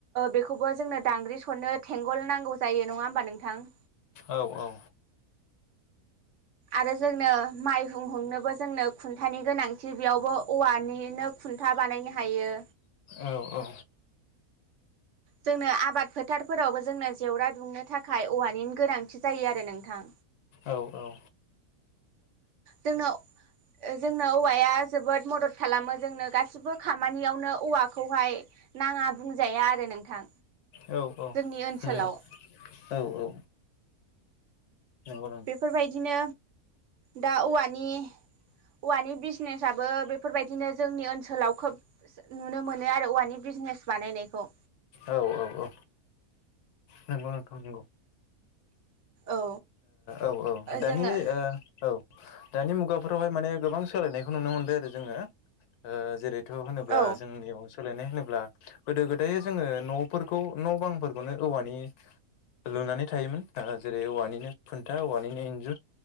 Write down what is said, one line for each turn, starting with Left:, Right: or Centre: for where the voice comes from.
Right: बेखौबो जोंनो दांग्रि सरनो थेंगल नांगौ जायो नङा होमबा नोंथां?
Left: औ-औ
Right: आरो जोंनो माइहुं हुंनोबो जोंनो खुन्थानि गोनांथि बेयावबो औवानिनो खुन्था बानायनो हायो।
Left: औ-औ
Right: जोंनो आबाद फोथारफोरावबो जोंनो जेवरा दुंनो थाखाय औवानि गोनांथि जायो आरो नोंथां।
Left: औ-औ
Right: जोंनो जोंनो औवाया जोबोद मदद खालामो जोंनो गासिबो खामानियावनो औवाखौहाय नाङा बुंजाया आरो नोंथां।
Left: औ औ
Right: जोंनि ओनसोलाव
Left: नंगौ औ औ नंगौ नंगौ
Right: बेफोरबायदिनो दा औवानि औवानि बिजिनेसआबो बेफोरबायदिनो जोंनि ओनसोलाव खोब नुनो मोनो आरो औवानि बिजिनेस बानायनायखौ।
Left: औ औ औ नंगौ नंगौ-नंगौ
Right: औ
Left: ओ औ औ दानि
Right: जोङो
Left: ओ औ दानि मुगाफोरावहाय माने गोबां सोलायनायखौ नुनो मोनबाय आरो जोङो ओ जेरै थ' होनोब्ला
Right: औ
Left: जोंनियाव सोलायनाय होनोब्ला गोदो-गोदाय जोङो न'फोरखौ न' बांफोरखौनो औवानि लुनानै थायोमोन जेरै औवानिनो खुन्था औवानिनो इन्जुर